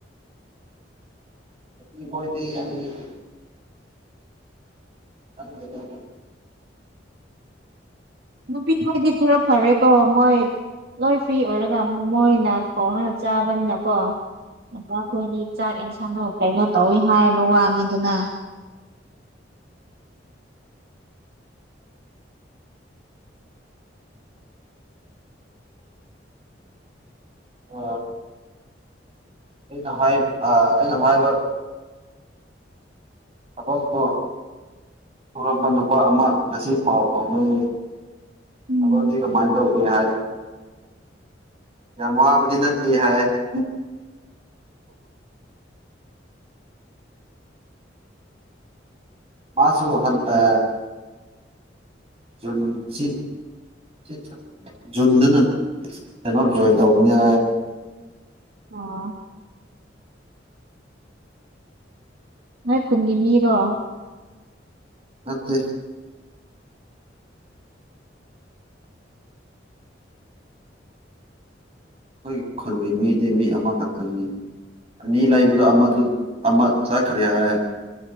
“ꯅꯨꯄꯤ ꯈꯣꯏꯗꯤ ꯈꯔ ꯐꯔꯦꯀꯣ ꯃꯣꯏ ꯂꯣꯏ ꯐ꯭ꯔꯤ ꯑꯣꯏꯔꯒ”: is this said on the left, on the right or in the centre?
Right